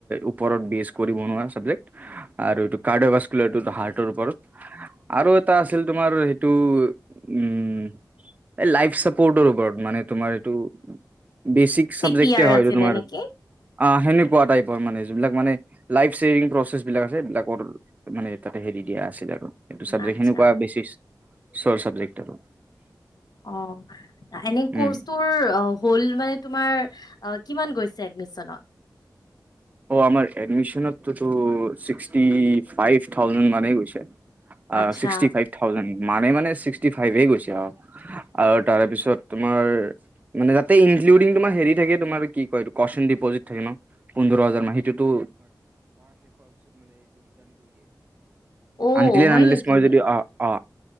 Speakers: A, on the right; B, on the left.
A: ওপৰত বেছ কৰি বনোৱা হয় চাবজেক্ট আৰু এইটো <unintelligible> <unintelligible> ওপৰত আৰু এটা আছিল তোমাৰ সেইটো উম এই লাইফ চাপোৰ্টৰ ওপৰত মানে তোমাৰ এইটো বেচিক
B: চি
A: চাবজেক্ট
B: পি আৰ
A: হয়
B: আছিলে
A: তোমাৰ
B: নেকি?
A: আহ সে টাইপৰ মানে যোনবিলাক মানে লাই চছেভিং প্ৰচেছ বিলাক আছে সবলাকৰ মানে তাতে হেৰি দিয়া আছিল আৰু এইটো চাবজেক্ট
B: আচ্ছা
A: সনেকুৱা বেছি চৰ চাবজেক্ট আৰু
B: অ এনে কৰ্চটোৰ
A: উম
B: হ'ল মানে তোমাৰ কিমান গৈছে এডমিশনত
A: অ আমাৰ এডমিনততিক্সি ফাইভ থাউজেড মানেই গৈছে
B: আচ্ছা
A: অিক্সটি ফাইভ থাউজ মে মানে ছিক্সি ফাইভ গৈ আৰু আৰু তাৰপিছত তোমাৰ মানো ইন্ডংমাৰ হেৰি থাকে তোমাৰ কি ক ডিপজিট থাকে ন োধ সেইটো
B: অ'
A: আটিলে
B: হয়
A: নে
B: নেকি?
A: মই যদি অ অ